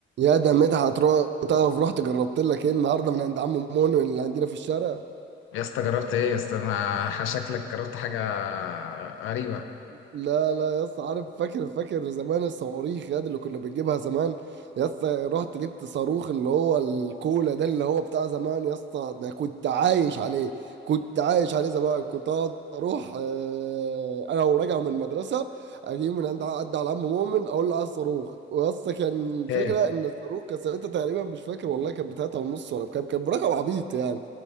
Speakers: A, on the right; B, on the left.
A: يا ده مدحت رو- تعرف رحت جربت لك ايه النهارده من عند عم مونو اللي عندنا في الشارع
B: يا اسطى جربت ايه يا اسطى انا شكلك جربت حاجه غريبه
A: لا لا يا اسطى عارف فاكر فاكر زمان الصواريخ ياد اللي كنا بنجيبها زمان يا اسطى رحت جبت صاروخ اللي هو الكولا ده اللي هو بتاع زمان يا اسطى ده كنت عايش عليه كنت عايش عليه زمان كنت اقعد اروح آه، انا وراجع من المدرسه اجيب من عند عد على عم مؤمن اقول له عايز صاروخ ويا اسطى كان الفكره
B: ايه
A: ان الصاروخ كان ساعتها تقريبا مش فاكر والله كانت بتلاته ونص ولا كان كان برقم عبيط يعني